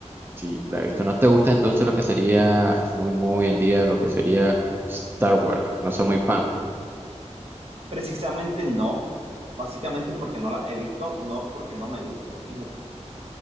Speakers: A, on the right; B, on the right.
A: Sí, la he visto. ¿No te gusta entonces lo que sería muy, muy en día, lo que sería Star Wars? No soy muy fan.
B: Precisamente no, básicamente porque no la he visto, no porque no me gusten, fíjate.